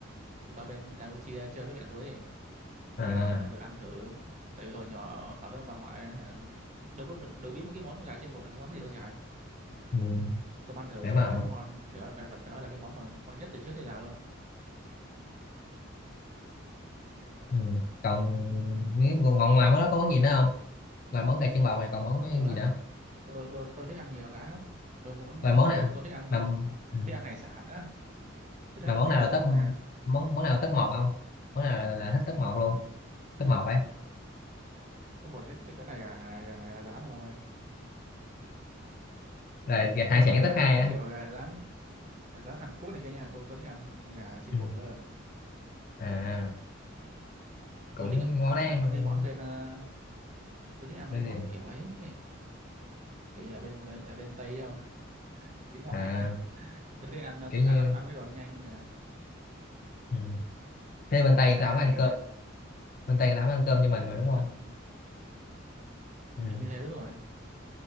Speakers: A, on the right; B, on the left.
A: tôi qua bên Campuchia chơi với mẹ tôi ấy.
B: à
A: thế là à, được ăn thử tại vì hồi nhỏ ở với ông bà ngoại à, đâu có đâu biết mấy cái món gà chiên bột là cái món gì đâu trời
B: ừ.
A: tôi ăn thử
B: để
A: trời
B: mà
A: ơi nó ngon phải, phải, phải phải nói là cái món mà ngon nhất từ trước tới giờ luôn
B: ừ. còn nếu còn ngoài món đó có món gì nữa không ngoài món gà chân bò này còn món
A: nó nhiều lắm
B: gì nữa
A: tôi tôi tôi thích ăn nhiều cái lắm tôi muốn
B: ngoài món nè
A: tôi tôi thích ăn
B: mà ừ.
A: thích ăn hải sản á tôi thích
B: mà
A: ăn
B: món nào
A: tôm
B: là top
A: nè
B: món món nào là top một ông món nào là, là thích top một luôn top một ấy
A: tôi một chắc chắc chắn là gà gà gà rán rồi ông ơi
B: rồi hải
A: nhưng mà
B: sản
A: không phải
B: top
A: gà
B: hai
A: rán
B: á
A: kiểu gà rán gà rán Hàn Quốc này kia nha tôi tôi thích ăn gà chiên
B: Ừ.
A: bột cơ
B: à à, cũng
A: tôi thích ăn
B: món
A: ăn,
B: đấy ăn
A: ăn, ăn mấy món bên ờ, tôi thích ăn
B: nên
A: mấy món
B: gì
A: kiểu ấy kiểu như là bên bên, bên Tây không xính ngoại
B: à
A: <laughs> tôi thích ăn ờ,
B: kiểu như
A: ăn ăn, ăn mấy đồ ăn nhanh như là
B: ừ. thế bên
A: pizza
B: Tây người ta không ăn
A: nè
B: cơm bên Tây người ta không ăn cơm
A: tôi,
B: như mình
A: tôi
B: mà đúng
A: thích
B: không
A: ăn
B: ừ.
A: Thì như thế đúng rồi